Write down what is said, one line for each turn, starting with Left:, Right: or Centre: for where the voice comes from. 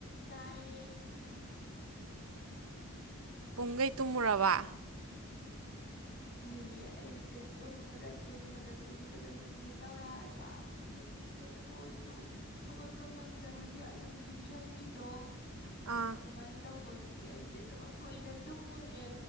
Left: ꯇꯥꯏꯌꯦ
Right: ꯄꯨꯡꯈꯩ ꯇꯨꯝꯃꯨꯔꯕ
Left: ꯍꯣꯏꯌꯦ ꯑꯩꯁꯦ ꯇꯨꯝꯕꯗ ꯇꯨꯝꯕꯗ ꯇꯨꯝꯕꯗ ꯁꯤꯒꯦ ꯇꯧꯋꯦ ꯍꯥꯏꯕ ꯑꯗꯨꯝ ꯃꯤꯀꯞ ꯊꯣꯛꯑꯁꯨ ꯍꯧꯒꯠꯄ ꯉꯝꯗꯕꯒꯤ ꯑꯗꯨꯝ ꯇꯨꯝꯁꯟꯕꯤꯗꯣ
Right: ꯑꯥ
Left: ꯑꯗꯨꯃꯥꯏꯅ ꯇꯧꯕꯒꯤ ꯑꯩꯁꯦ ꯑꯗꯨꯝ ꯀꯨꯏꯅ ꯇꯨꯝꯃꯨꯔꯦ